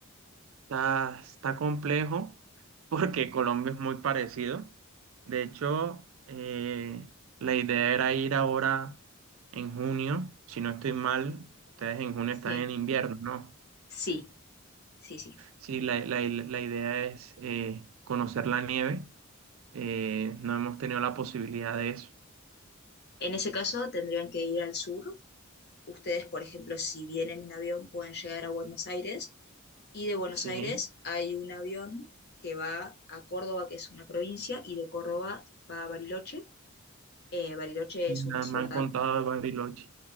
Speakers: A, on the right (about 75°); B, on the left (about 50°).
A: Está, está complejo <laughs> porque Colombia es muy parecido. De hecho, eh, la idea era ir ahora en junio. Si no estoy mal, ustedes en junio
B: Sí,
A: están en invierno, ¿no?
B: sí, sí, sí.
A: Sí, la, la- la idea es eh, conocer la nieve. Eh, no hemos tenido la posibilidad de eso.
B: En ese caso, tendrían que ir al sur. Ustedes, por ejemplo, si vienen en avión, pueden llegar a Buenos Aires. Y de Buenos
A: Sí,
B: Aires hay un avión que va a Córdoba, que es una provincia, y de Córdoba va a Bariloche. Eh, Bariloche
A: Y
B: es
A: nada,
B: una ciudad,
A: me han contado de Bariloche.